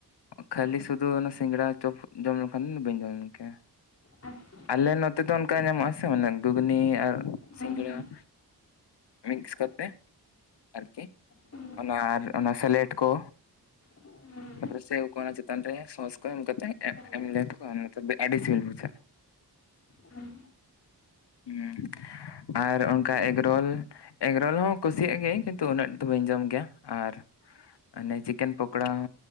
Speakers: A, on the left; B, on the left.
A: ᱠᱷᱟᱹᱞᱤ ᱥᱩᱫᱷᱩ ᱚᱱᱟ ᱥᱤᱸᱜᱲᱟ ᱪᱚᱯ ᱡᱚᱢ ᱞᱮᱠᱷᱟᱱ ᱫᱚ ᱵᱟᱹᱧ ᱡᱚᱢ ᱠᱮᱭᱟ
B: ᱟᱪᱪᱷᱟ
A: ᱟᱞᱮ ᱱᱚᱛᱮ ᱫᱚ ᱚᱱᱠᱟ ᱧᱟᱢᱚᱜ ᱟᱥᱮ ᱢᱟᱱᱮ ᱜᱷᱩᱜᱽᱱᱤ ᱟᱨ
B: ᱦᱩᱸ
A: ᱥᱤᱸᱜᱲᱟ
B: ᱦᱩᱸ
A: ᱢᱤᱠᱥ ᱠᱟᱛᱮ ᱟᱨᱠᱤ
B: ᱦᱩᱸ
A: ᱚᱱᱟ ᱟᱨ ᱚᱱᱟ ᱥᱮᱞᱮᱴ ᱠᱚ
B: ᱦᱩᱸ
A: ᱛᱟᱨᱯᱚᱨᱮ ᱥᱮᱣ ᱠᱚ ᱚᱱᱟ ᱪᱮᱛᱟᱱ ᱨᱮ ᱥᱚᱸᱥ ᱠᱚ ᱮᱢ ᱠᱟᱛᱮ ᱮᱢ
B: ᱦᱩᱸ
A: ᱮᱢᱞᱮᱴ ᱠᱚ ᱱᱮᱛᱟᱨ ᱫᱚ ᱟᱹᱰᱤ ᱥᱤᱵᱤᱞ ᱵᱩᱡᱷᱟᱹᱜᱼᱟ
B: ᱦᱩᱸ
A: ᱦᱩᱸ ᱟᱨ ᱚᱱᱠᱟ ᱮᱜᱽᱨᱳᱞ ᱮᱜᱽᱨᱳᱞ ᱦᱚᱸ ᱠᱩᱥᱤᱭᱟᱜ ᱜᱮᱭᱟᱧ ᱠᱤᱱᱛᱩ ᱩᱱᱟᱹᱜ ᱫᱚ ᱵᱟᱹᱧ ᱡᱚᱢ ᱜᱮᱭᱟ᱾ ᱟᱨ ᱟᱱᱮ ᱪᱤᱠᱮᱱ ᱯᱚᱠᱚᱲᱟ ᱦᱚᱸ